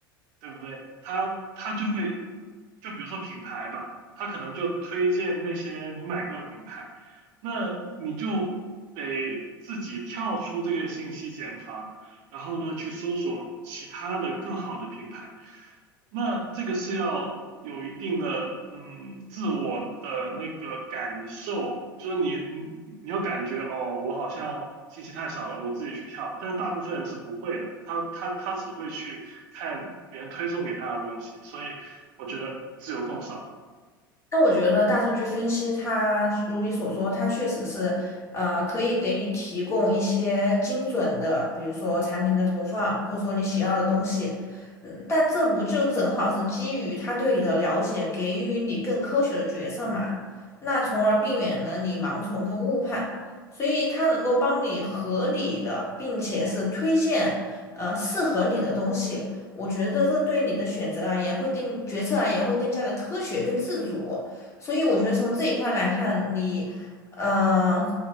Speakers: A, on the right; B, on the left.
A: 对不对？它它就会，就比如说品牌吧，它可能就推荐那些你买过的品牌，那你就得自己跳出这个信息茧房，然后呢，去搜索其他的更好的品牌。那这个是要有一定的嗯自我的那个感受，就是你你你要感觉哦，我好像信息太少了，我自己去跳。但是大部分人是不会的，他他他只会去看别人推送给他的东西，所以我觉得自由更少。
B: 那我觉得大数据分析它，如你所说，它确实是，呃，可以给你提供一些精准的，比如说产品的投放，或者说你喜要的东西。嗯，但这不就正好是基于他对你的了解，给予你更科学的决策嘛？那从而避免了你盲从跟误判。所以它能够帮你合理的，并且是推荐，呃，适合你的东西。我觉得这对你的选择而言，会更决策而言会更加的科学跟自主。所以我觉得从这一块来看，你嗯、呃